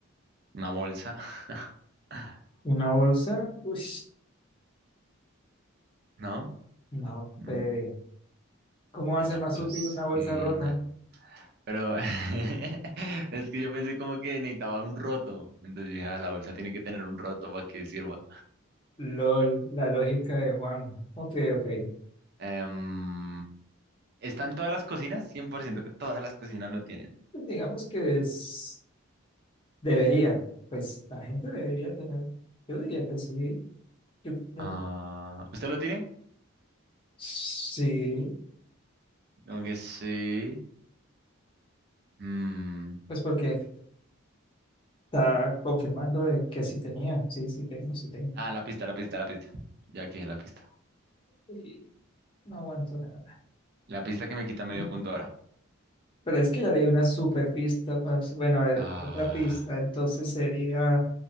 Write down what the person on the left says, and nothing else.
Una bolsa, uy,
no,
eh, ¿cómo va
a ser
más
útil una bolsa rota?
LOL, la lógica de Juan. Ok, ok.
Pues digamos que es, debería, pues la gente debería tener, yo diría que sí, yo, yo-
sí,
pues porque está confirmando de que sí tenía, sí, sí tengo, sí tengo.
Y no aguanto nada.
<clears throat>
Pero es que ya leí una super pista, parce. Bueno, a ver,
otra pista, entonces sería,